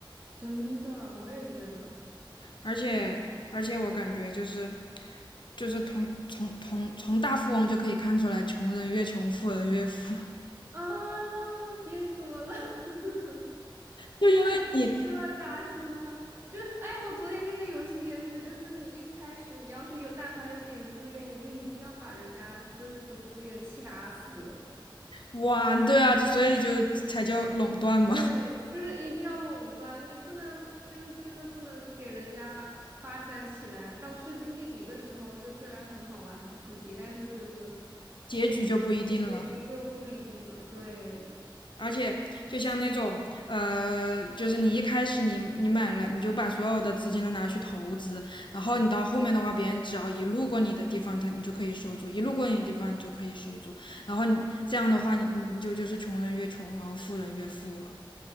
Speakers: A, on the right (about 30°); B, on the left (about 65°).
A: 真的，我也觉得。
B: 而且而且我感觉就是就是从从从从大富翁就可以看出来，穷人越穷，富人越富。<laughs>
A: 啊，别说了，<laughs>
B: 就因为你
A: 太诚实了扎心了。就是，哎，我昨天那个游戏也是，就是你一开始你要是有但凡有点资源，你就一定要把人家就是的资源掐死。
B: 玩对啊，就所以就才叫垄断嘛，
A: 对，就是一定要垄断，你不能就是真的不能给人家发展起来。到势均力敌的时候，就虽然很好玩很刺激，但是就是
B: <laughs> 结局就不一定了。
A: 结局就不一定了。对，
B: 而且就像那种呃，就是你一开始你你买了，你就把所有的资金都拿去投资，然后你到后面的话，别人只要一路过你的地方，他你就可以收租；一路过你的地方，你就可以收租。然后你这样的话，你你就就是穷人越穷，然后富人越富了。